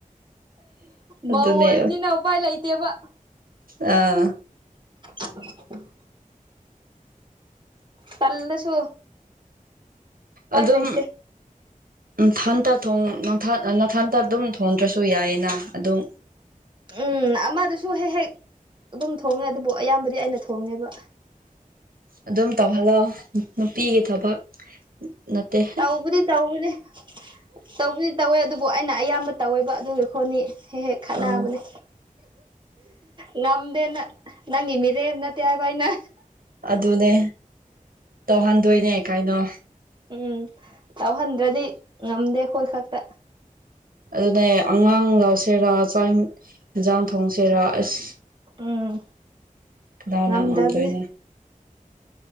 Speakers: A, on the right; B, on the right.
A: ꯃꯧ
B: ꯑꯗꯨꯅꯦ
A: ꯑꯣꯏꯕꯅꯤꯅ ꯎꯄꯥꯏ ꯂꯩꯇꯦꯕ
B: ꯑꯥ
A: <unintelligible> ꯇꯜꯂꯁꯨ ꯎꯄꯥꯏ
B: ꯑꯗꯨꯝ
A: ꯂꯩꯇꯦ
B: ꯏꯊꯟꯇ ꯊꯣꯡ ꯊꯠꯅ ꯅꯊꯟꯇ ꯑꯗꯨꯝ ꯊꯣꯡꯗ꯭ꯔꯁꯨ ꯌꯥꯏꯌꯦꯅ ꯑꯗꯨꯝ
A: ꯎꯝ ꯑꯃꯗꯨꯁꯨ ꯍꯦꯛ ꯍꯦꯛ ꯑꯗꯨꯝ ꯊꯣꯡꯉꯦ ꯑꯗꯨꯕꯨ ꯑꯌꯥꯝꯕꯗꯤ ꯑꯩꯅ ꯊꯣꯡꯉꯦꯕ
B: ꯑꯗꯨꯝ ꯇꯧꯍꯜꯂꯣ ꯅꯨꯄꯤꯒꯤ ꯊꯕꯛ ꯅꯠꯇꯦ
A: ꯇꯧꯕꯨꯗꯤ ꯇꯧꯕꯅꯦ ꯇꯧꯕꯨꯗꯤ ꯇꯧꯋꯦ ꯑꯗꯨꯕꯨ ꯑꯩꯅ ꯑꯌꯥꯝꯕ ꯇꯧꯋꯦꯕ ꯑꯗꯨꯒꯤ ꯑꯈꯣꯠꯅꯤ ꯍꯦꯛ ꯍꯦꯛ ꯈꯠꯅꯕꯅꯦ
B: ꯑꯥ
A: ꯉꯝꯗꯦꯅ ꯅꯪꯒꯤ ꯃꯤꯔꯦꯝ ꯅꯠꯇꯦ ꯍꯥꯏꯕ ꯑꯩꯅ
B: ꯑꯗꯨꯅꯦ ꯇꯧꯍꯟꯗꯣꯏꯅꯦ ꯀꯥꯏꯅꯣ
A: ꯎꯝ ꯇꯧꯍꯟꯗ꯭ꯔꯗꯤ ꯉꯝꯗꯦ ꯑꯩꯈꯣꯏ ꯈꯛꯇ
B: ꯑꯗꯨꯅꯦ ꯑꯉꯥꯡ ꯂꯧꯁꯦꯔꯥ ꯆꯥꯛ ꯌꯦꯟꯁꯥꯡ ꯊꯣꯡꯁꯦꯔꯥ ꯑꯁ
A: ꯎꯝ
B: ꯗꯅꯥ
A: ꯉꯝꯗꯕꯅꯦ
B: ꯉꯝꯗꯣꯏꯅꯣ